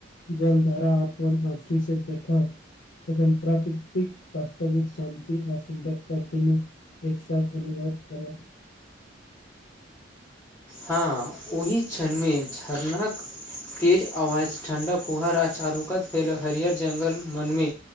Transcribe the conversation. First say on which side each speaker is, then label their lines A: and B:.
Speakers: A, on the left (about 75°); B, on the left (about 15°).
A: जल धरा अपन आखी से देख प्राकृतिक वास्तविकत शान्ति आ सुंद्रत एक साथ धन्यबाद करब
B: हँ ओहि क्षणमे झरनाक तेज आवाज ठण्डा फुहार आ चारुकत फैल हरियर जंगल मनम